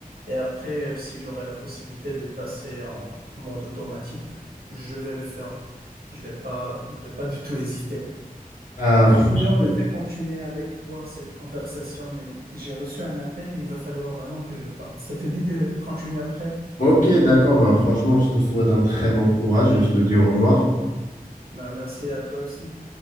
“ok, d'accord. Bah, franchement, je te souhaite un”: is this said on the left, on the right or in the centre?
Left